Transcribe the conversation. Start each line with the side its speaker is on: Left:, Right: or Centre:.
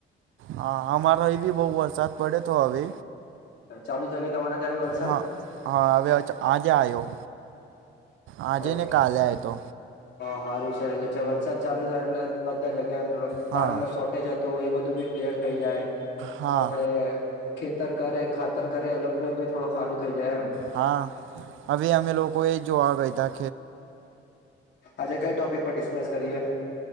Right: હા અમારો એ ભી બહુ વરસાદ પડે તો હવે.
Left: ચાલુ થઈ ગયો તમારા ત્યાં વલસાડ
Right: હા હા! હવે આજે આવ્યો. આજે
Left: ઓકે
Right: ને કાલે આયે તો.
Left: સારું છે. વરસાદ ચાલુ થાય, એટલે બધા જગ્યા. થોડું
Right: હા
Left: પાણી ન શોર્ટેજ હતું. એ બધું <unintelligible> થઈ જાય.
Right: હા
Left: આપડે ખેતર કરે. ખાતર કરે. એ લોકોને બી થોડું ખારું થઈ જાય એમ.
Right: હા! હવે અમે લોકો એ જોવા ગય તા.
Left: આજે કઈ ટોપિક પર ડિસ્ક પાસ કરીએ.